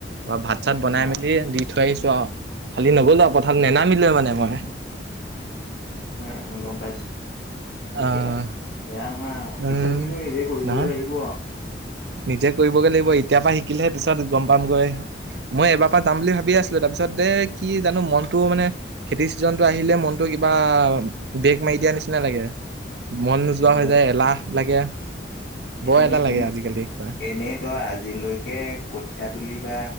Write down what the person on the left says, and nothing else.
অ',
হ গ'ম পাইছোঁ। ঠিকে
আছে বেয়া নহয় আৰু
পিছত কিন্তু নিজে কৰিবগে
লাগিব আৰু।
গম
পাইছো
এনে
এনে
এনেই তই আজিলৈকে কঠিয় তুলি বা